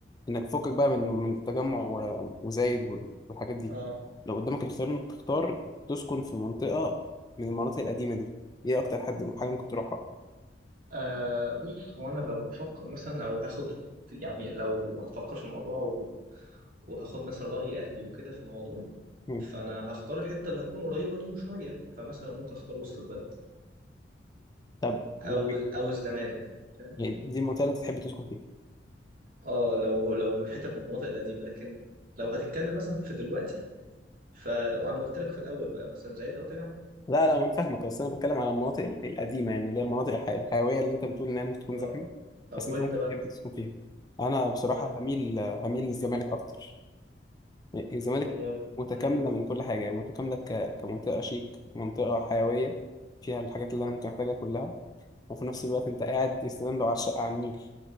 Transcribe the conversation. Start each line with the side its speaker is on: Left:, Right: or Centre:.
Left: انك تفكك بقى من من التجمع و- وزايد وال- والحاجات دي
Right: آه.
Left: لو قدامك الاختيار انك تختار تسكن في منطقة من المناطق القديمة دي ايه اكتر حد حاجة ممكن تروحها
Right: آه بص هو أنا لو هفكر مثلا أو هاخد يعني لو هفكر في الموضوع و... وهاخد مثلا رأي أهلي وكده في الموضوع
Left: مم.
Right: فأنا هختار الحتة اللي هكون قريبة ليهم شوية فمثلا ممكن أختار وسط البلد
Left: طب لو
Right: أو أو الزمالك فاهم
Left: يعني دي المنطقة اللي انت تحب تسكن فيها
Right: آه لو لو من حتت من المناطق القديمة لكن لو هتتكلم مثلا في دلوقتي فأنا قلت لك في الأول بقى مثلا زايد أو تجمع
Left: لا لا انا فاهمك بس انا بتكلم على المناطق ال- القديمة يعني اللي هي المناطق الح- الحيوية اللي انت بتقول انها ممكن تكون
Right: آه
Left: زحمة
Right: طب
Left: بس
Right: وأنت
Left: انت ممكن
Right: بقى
Left: تحب تسكن فيها انا بصراحة
Right: وانت
Left: هميل هميل للزمالك اكتر الزمالك
Right: هو
Left: متكاملة
Right: مم.
Left: من كل حاجة يعني متكاملة ك... كمنطقة شيك منطقة حيوية فيها الحاجات اللي أنا ممكن أحتاجها كلها وفي نفس الوقت أنت قاعد يستدام لو على الشقة على النيل